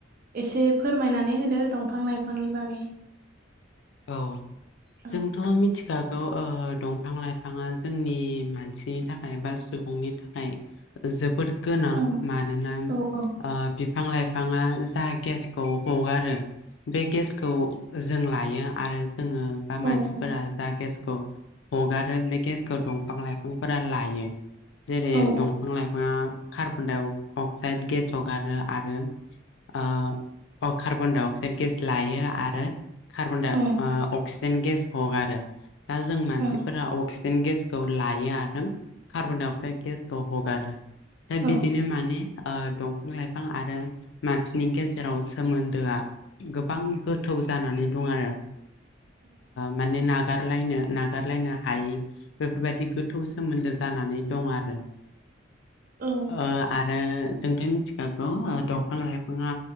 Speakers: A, on the right (about 45°); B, on the left (about 65°).
A: एसे फोरमायनानै होदो दंफां -लाइफांनि बागै
B: औ
A: औ
B: जोंथ' <unintelligible> मिथिखागौ दंफां -लाइफाङा जोंनि मानसिनि थाखाय बा सुबुंनि थाखाय जोबोद गोनां
A: औ
B: मानोना ओ
A: औ औ
B: बिफां -लाइफाङा जा गेसखौ हगारो बे गेसखौ जों लायो आरो जोङो बा मानसिफोरा
A: औ औ
B: जा गेसखौ हगारो बे गेसखौ दंफां- लाइफांफोरा लायो। जेरै
A: औ
B: दंफां- लाइफाङा कार्बन-डाइ अ-अक्साइद गेस हगारो आरो अ कार्बन- डाइ -अक्साइड गेस लायो आरो कार्बन
A: औ
B: अक्सिजेन गेस हगारो आरो दा जों मानसिफोरा
A: औ
B: अक्सिजेन गेसखौ लायो आरो कार्बन- डाइ- अक्साइद गेसखौ हगारो। दा
A: औ
B: बिदिनो माने दंफां -लाइफां आरो मानसिनि गेजेराव सोमोन्दोआ गोबां गोथौ जानानै दं आरो। माने नागारलायनो -नागारलायनो हायै बेफोरबायदि गोथौ सोमोन्दो जानानै दं आरो।
A: औ
B: ओ आरो जोंथ' मिथिखागौ दंफां -लाइफाङा